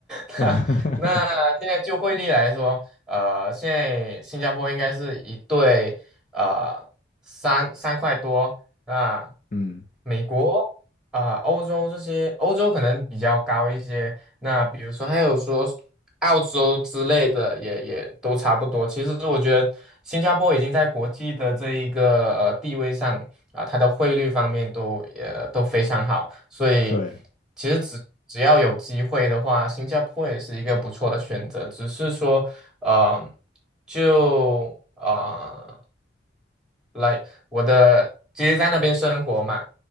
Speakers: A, in the centre; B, on the left.
A: <laughs>
B: <laughs>
A: 那那现在就汇率来说，呃，现在新加坡应该是一对呃三三块多。那
B: 嗯，
A: 美国啊、呃欧洲这些，欧洲可能比较高一些。那比如说还有说澳洲之类的也，也都差不多。其实我觉得新加坡已经在国际的这一个呃地位上，啊，它的汇率方面都呃都非常好，所以
B: 对，
A: 其实只只要有机会的话，新加坡也是一个不错的选择。只是说，呃，就呃，like 我的其实在那边生活嘛，